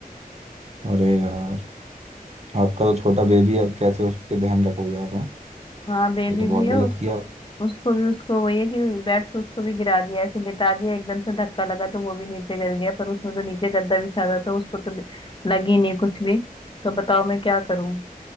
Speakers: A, on the right (about 45°); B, on the left (about 35°).
A: अरे यार आपका तो छोटा बेबी है अब कैसे उसके ध्यान रखोगे आप हैं
B: हाँ बेबी
A: ये तो बहुत
B: भी है
A: गलत
B: उसको
A: किया
B: उसको भी उसको वही है कि बेड से उसको भी गिरा दिया ऐसे लिटा दिया एकदम से धक्का लगा तो वो भी नीचे गिर गया पर उसमें तो नीचे गद्दा बिछा था तो उसको तो भी- लगी नहीं कुछ भी तो बताओ मैं क्या करूं